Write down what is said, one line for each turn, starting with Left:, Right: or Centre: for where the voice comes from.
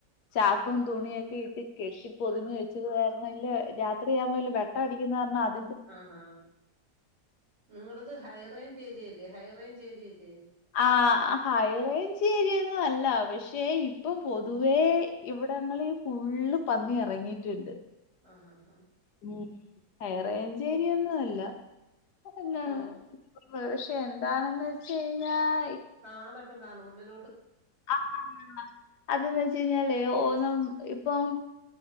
Left: ചാക്കവും തുണിയ ഒക്കെ ഇട്ട് കെട്ടി പൊതിഞ്ഞഞ് വെച്ചത് കാരണം ലെ രാത്രിയാകുമ്പോൾ വെട്ടടിക്കുന്ന കാരണം അത്ര
Right: ആാ നിങ്ങളുടെ ഹൈറേഞ്ച് ഏരിയല്ലേ ഹയർ ഹൈറേഞ്ച് ഏരിയല്ലേ
Left: ആ ഹൈറേഞ്ച് ഏരിയൊന്നും അല്ല പക്ഷെ ഇപ്പൊ പൊതുവേ ഇവിടങ്ങളിൽ ഫുൾ പന്നി ഇറങ്ങിയിട്ടുണ്ട്
Right: ആഹ
Left: ഉം ഹൈറേഞ്ച് ഏരിയൊന്നും അല്ല അപ്പോപിന്നെ
Right: നം
Left: പക്ഷെ എന്താണെന്ന് വെച്ച് കഴിഞ്ഞാൽ
Right: കാടൊക്കെ കാണോ ഉള്ളിലോ
Left: <inaudible> അതെന്ത് വെച്ചു കഴിഞ്ഞാലേ ഓനും പോം